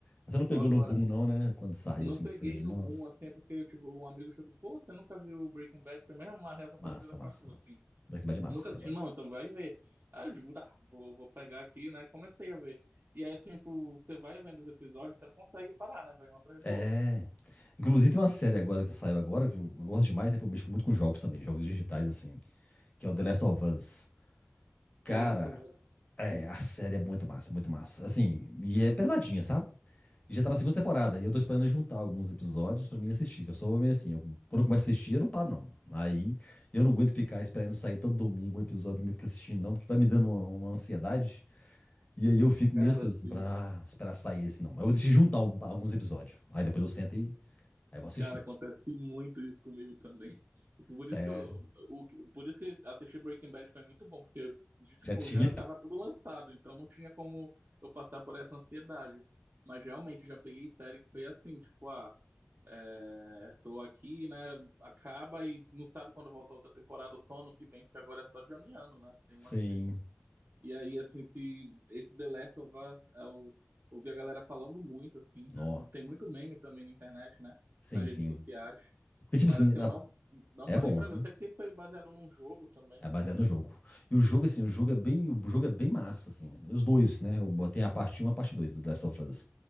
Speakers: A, on the left; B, on the right.
A: Você não
B: só
A: pegou
B: agora.
A: no boom, não, né? Quando saiu,
B: Não
A: assim,
B: peguei
A: que surge.
B: no
A: Nossa.
B: boom, assim, é porque, tipo, um amigo chegou, pô, você nunca viu Breaking Bad? Foi mesmo uma reação
A: Massa,
B: parecida
A: massa,
B: com a tua,
A: massa.
B: assim.
A: Breaking Bad é massa,
B: Nunca assisti,
A: eu gosto.
B: não, então vai ver. Ah, eu digo, tá, vou, vou pegar aqui, né? Comecei a ver. E aí, assim, tipo, você vai vendo os episódios, você não consegue parar, né? Vai um atrás do
A: É.
B: outro.
A: Inclusive tem uma série agora que saiu agora, que eu gosto demais, né? que eu mexo muito com jogos também, jogos digitais, assim, que é o The Last of Us. Cara,
B: The Last of Us,
A: é, a série é muito massa, muito massa. Assim, e é pesadinha, sabe? E já tá na segunda temporada, e eu tô esperando juntar alguns episódios pra mim assistir. Que eu sou meio assim, eu- quando eu começo a assistir, eu não paro, não. Aí eu não aguento ficar esperando sair todo domingo um episódio pra mim ficar assistindo, não, porque vai me dando uma, uma ansiedade. E aí eu fico
B: cara,
A: meio ansioso,
B: assim,
A: assim, pra ah, esperar sair esse não. Mas eu vou deixar juntar al- alguns episódios. Aí depois eu sento e aí eu vou assistindo.
B: cara, acontece muito isso comigo também. <laughs> Por
A: Sério.
B: isso que eu, o, por isso que assistir Breaking Bad foi muito bom, porque, de, tipo,
A: Já tinha.
B: já tava tudo lançado, então não tinha como eu passar por essa ansiedade. Mas realmente, já peguei série que foi assim, tipo, ah. É, tô aqui, né? Acaba e não sabe quando volta outra temporada, ou só ano que vem, porque agora é só Johnny Ano, né? Tem umas
A: Sim.
B: que aí. E aí, assim, se esse The Last of Us, eu ouvi a galera falando muito, assim,
A: Nó.
B: tipo, tem muito meme também na internet, né?
A: Sim,
B: Nas redes
A: sim.
B: sociais.
A: Porque, tipo
B: Mas
A: assim,
B: assim,
A: na-
B: eu não, não
A: é
B: parei
A: bom,
B: pra
A: viu?
B: ver. Eu sei que foi baseado num jogo também,
A: É baseado
B: mas
A: no jogo. E o jogo, assim, o jogo é bem, o jogo é bem massa, assim. Os dois, né? Eu botei a parte um e a parte 2 do Last of Us.